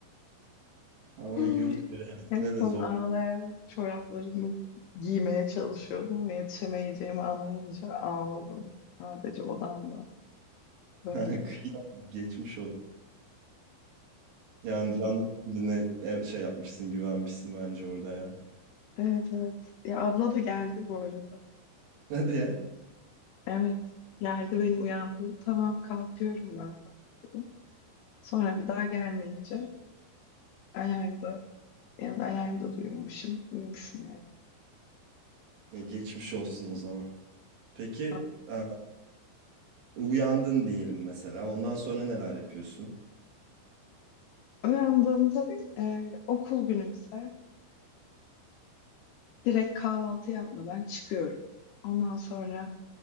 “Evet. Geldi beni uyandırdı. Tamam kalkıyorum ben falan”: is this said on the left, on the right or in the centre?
Left